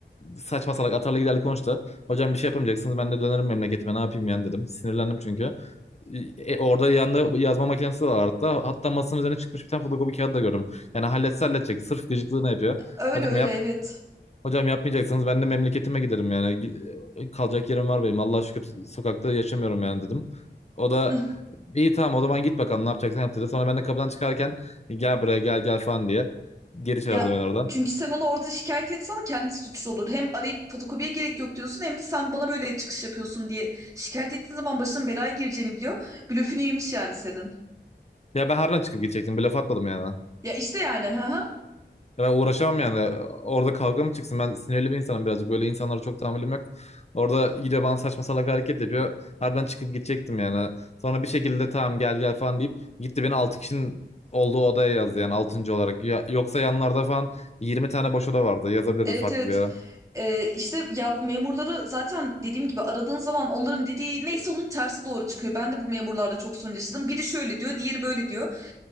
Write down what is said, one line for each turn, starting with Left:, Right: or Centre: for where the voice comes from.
Left: saçma salak atarlı giderli konuştu. Hocam bir şey yapamayacaksınız ben de dönerim memleketime ne yapayım yani dedim. Sinirlendim çünkü. E, orada yanında yazma makinesi de var hatta. Hatta masanın üzerine çıkmış bir tane fotokopi kağıdı da gördüm. Yani halletse halledecek. Sırf gıcıklığını yapıyor.
Right: Öyle
Left: Hocam
Right: öyle
Left: yap
Right: evet.
Left: Hocam yapmayacaksanız ben de memleketime giderim yani. Gi- e, Kalacak yerim var benim. Allah'a şükür sokakta yaşamıyorum yani dedim. O da
Right: <laughs>
Left: iyi tamam o zaman git bakalım ne yapacaksan yap dedi. Sonra ben de kapıdan çıkarken gel buraya gel gel falan diye geri çağırdı
Right: Ya
Left: beni orada.
Right: çünkü sen onu orada şikayet etsen kendisi suçlu olur. Hem arayıp fotokopiye gerek yok diyorsun hem de sen bana böyle çıkış yapıyorsun diye şikayet ettiğin zaman başının belaya gireceğini biliyor. Blöfünü yemiş yani senin.
Left: Ya ben harbiden çıkıp gidecektim. Bir laf atmadım yani.
Right: Ya işte yani ha ha.
Left: Ya Ben uğraşamam yani. Orada kavga mı çıksın? Ben sinirli bir insanım birazcık. Böyle insanlara çok tahammülüm yok. Orada yine bana saçma salak hareket yapıyor. Harbiden çıkıp gidecektim yani. Sonra bir şekilde tamam gel gel falan deyip gitti beni 6 kişinin olduğu odaya yazdı yani altıncı olarak. Ya- yoksa yanlarda falan 20 tane boş oda vardı. Yazabilirdi
Right: Evet
Left: farklı
Right: evet
Left: bir yere.
Right: Ee, işte ya bu memurları zaten dediğim gibi aradığın zaman onların dediği neyse onun tersi doğru çıkıyor. Ben de bu memurlarla çok sorun yaşadım. Biri şöyle diyor, diğeri böyle diyor.